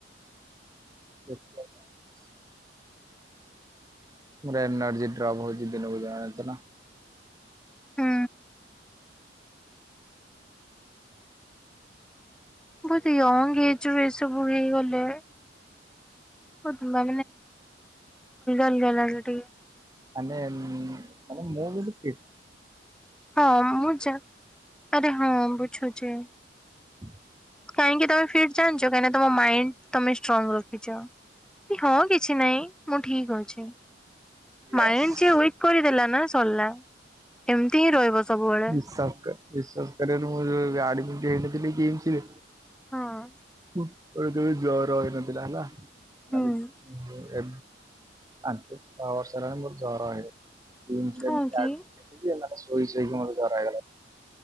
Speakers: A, on the right; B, in the centre.
A: ଦେଖିଆ କଣ ହଉଛି। ମୋର ଏନର୍ଜି ଡ୍ରପ ହଉଛି ଦିନକୁ ଦିନ ଜାଣିଛ ନାଁ।
B: ହୁଁ ବହୁତ ୟଙ୍ଗ ହେଇଛୁ ଏସବୁ ହେଇଗଲେ <unintelligible> ଅଲଗା ଅଲଗା ଲାଗେ ଟିକେ।
A: ମାନେ ମାନେ ମୁଁ କିନ୍ତୁ ଠିକ୍।
B: ହଁ ମୁଁ ଯ ଆରେ ହଁ ବୁଝୁଚି।
A: ହୁଁ
B: କାହିଁକି ତମେ ଫିଟ୍ ଜାଣିଛ କାହିଁକି ତମ ମାଇଣ୍ଡ ତମେ ଷ୍ଟ୍ରଙ୍ଗ ରଖିଛ। କି ହଁ କିଛି ନାହିଁ ମୁଁ ଠିକ୍ ଅଛି।
A: Yes.
B: Mind ଯିଏ ୱେଟ୍ କରିଦେଲା ନା ସରିଲା ଏମିତି ହିଁ ରହିବ ସବୁବେଳେ।
A: ଶଙ୍କର ବିଶ୍ୱାସ କରିବନି ମୁ ଆଡିମିଟି ହେଇନଥିଲି କି ଏମ୍ସରେ।
B: ହଁ
A: କେବେ କେବେ ଜର ହେଇନଥିଲା ନା
B: ହୁଁ
A: <unintelligible> ପାଞ୍ଚ ଛଅ ବର୍ଷ ହେଲାଣି ମତେ ଜର <unintelligible> କିମ୍ସରେ
B: ହଁ
A: <unintelligible>
B: କି
A: ଶୋଇ ଶୋଇକି ମତେ ଜର ହେଇଗଲା।